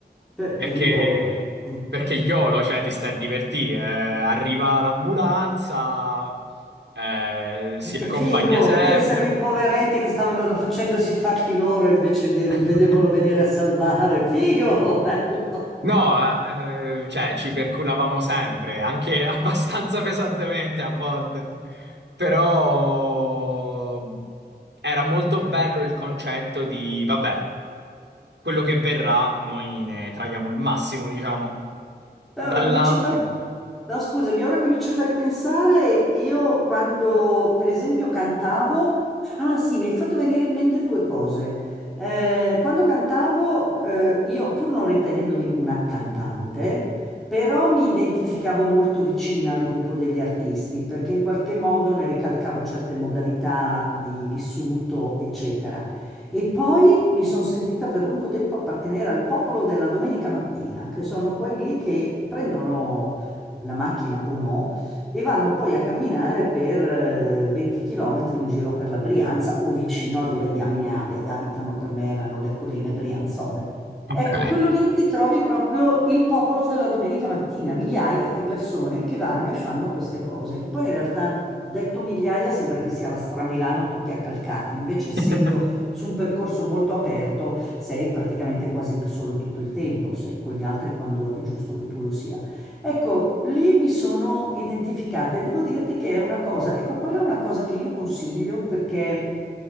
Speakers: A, in the centre; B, on the right.
A: Perché
B: Perché,
A: Iolo? Mm.
B: perché YOLO, cioè, ti stai a divertire. eh, arriva l'ambulanza, eh, si
A: Eh, Che
B: accompagna
A: figo!
B: sempre.
A: Pensa a quei poveretti che stavano facendosi i fatti loro invece de-
B: <laughs>
A: vedevano venire a salvare. Figo! <laughs> Bello!
B: No, eh, eh, cioè ci perculavamo sempre, anche <laughs> abbastanza pesantemente a volte, però era molto bello il concetto di, vabbè, quello che verrà, noi ne traiamo il massimo, diciamo,
A: Beh,
B: dall'altro.
A: ora che mi ci fai... No, scusami, ora che mi ci fai pensare, io quando, per esempio, cantavo... Ah, sì, mi hai fatto venire in mente due cose. Eh, quando cantavo, eh, io, pur non ritenendomi una cantante, però mi identificavo molto vicina al gruppo degli artisti, perché in qualche modo ne ricalcavo certe modalità di vissuto, eccetera. E poi mi sono sentita per lungo tempo appartenere al popolo della domenica mattina, che sono quelli che prendono la macchina o no e vanno poi a camminare per eh, 20 km in giro per la Brianza o vicino a dove diamine abbia- abitano, per me erano le colline brianzole.
B: Ok.
A: Ecco, quello lì ti trovi proprio il popolo della domenica mattina, migliaia di persone che vanno e fanno queste cose, che poi in realtà detto migliaia sembra che sia la Stramilano tutti accalcati, invece essendo
B: <laughs>
A: su un percorso molto aperto sei praticamente quasi da solo tutto il tempo, sei con gli altri quando è giusto che tu lo sia. Ecco, lì mi sono identificata e devo dirti che è una cosa, ecco, quella è una cosa che io consiglio perché